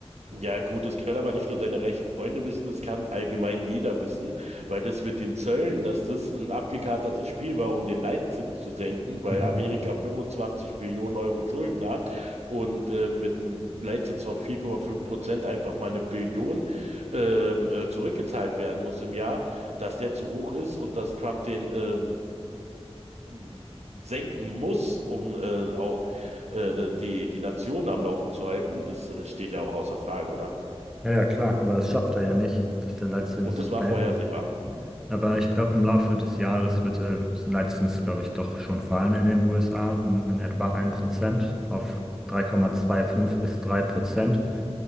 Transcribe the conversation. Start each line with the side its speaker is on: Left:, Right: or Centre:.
Right: Ja, gut, das können aber nicht nur seine reichen Freunde wissen, es kann allgemein jeder wissen, weil das mit den Zöllen, dass das ein abgekatertes Spiel war, um den Leitzins zu senken, weil
Centre: Mhm.
Right: Amerika 25 Billionen Euro Schulden hat und äh, mit einem Leitzins von 4,5 Prozent einfach mal eine Billion ähm, äh, zurückgezahlt werden muss im Jahr, dass der zu hoch ist und dass Trump den ähm, m- senken muss, um äh, auch äh, die, die Nation am Laufen zu halten, das äh, steht ja auch außer Frage, oder?
Centre: Ja, ja, klar, aber das schafft er ja nicht, dass der Leitzins
Right: Und das war
Centre: fällt.
Right: vorhersehbar.
Centre: Aber ich glaube, im Laufe des Jahres wird äh, letztens, glaube ich, doch schon fallen in den USA um in etwa ein Prozent auf 3,25 bis drei Prozent